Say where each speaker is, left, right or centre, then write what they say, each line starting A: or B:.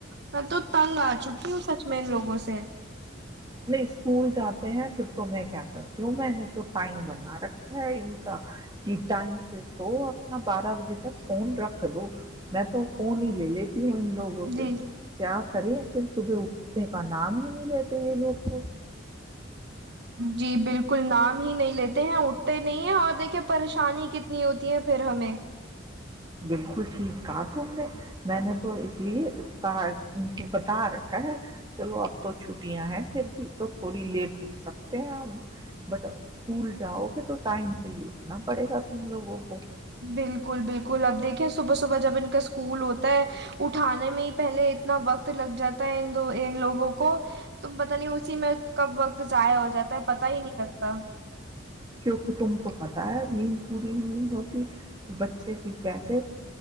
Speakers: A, on the right (about 55°); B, on the right (about 20°).
A: میں تو تنگ آ چکی ہوں سچ میں ان لوگوں سے
B: اسکول جاتے ہیں پھر تو میں کیا کرتی ہوں میں تو ٹائم بنا رکھا ہے ان کا کہ ٹائم سے سو اپنا بارہ بجے تک فون رکھ دو میں تو فون ہی لے لیتی ہوں ان لوگوں
A: جی
B: سے کیا کریں پھر صبح اٹھنے کا نام ہی نہیں لیتے یہ لوگ تو <unintelligible>
A: جی بالکل نام ہی نہیں لیتے ہیں اٹھتے نہیں ہیں اور دیکھے پریشانی کتنی ہوتی ہے پھر ہمیں
B: بالکل ٹھیک کہا تم نے میں نے تو اس لیے کہا ان کو بتا رکھا ہے چلو اب تو چھٹیاں ہیں پھر بھی تو تھوڑی لیٹ اٹھ سکتے ہیں آ بٹ اسکول جاؤ گے تو ٹائم سے ہی اٹھنا پڑے گا تم لوگوں کو
A: بالکل بالکل اب دیکھیے صبح صبح جب ان کا اسکول ہوتا ہے اٹھانے میں ہی پہلے اتنا وقت لگ جاتا ہے دو ان لوگوں کو تم پت نہیں اسی میں کب وقت تو جضاع ہو جاتا ہے پتا ہی نہیں لگتا کتا <unintelligible>
B: کیکہ تم کو پتا ہے نیند پوری نیند ہوتی تو بچے بھی کیسے